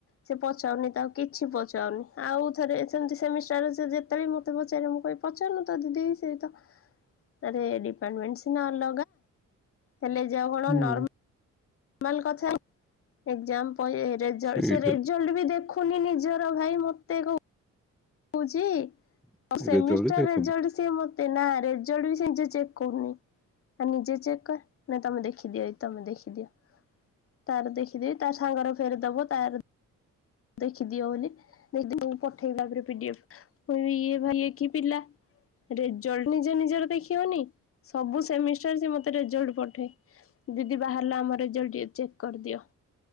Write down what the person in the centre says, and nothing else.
ହୁଁ
ସେଇଟା
ତ
ରେଜଲ୍ଟ ଦେଖୁନି।